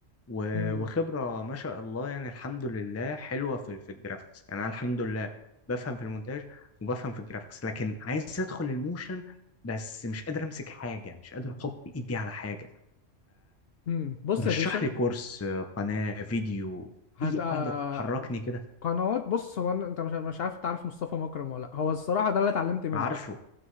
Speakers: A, on the left; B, on the left.
A: و-
B: <laughs> مم.
A: وخبرة ما شاء الله يعني الحمد لله حلوة في ال- في الجرافيكس يعني انا الحمد لله بفهم في المونتاج وبفهم في الجرافيكس لكن عايز ادخل الموشن بس مش قادر امسك حاجة مش قادر احط ايدي على حاجة
B: مم. بص
A: رشح
B: يا باشا
A: لي كورس آه، قناة فيديو
B: هت
A: أي
B: آه،
A: حاجة تحركني كده
B: قنوات بص هو أنا- انت مش مش عارف تعرف مصطفى مكرم ولا لأ. هو الصراحه ده اللي اتعلمت منه
A: عارفه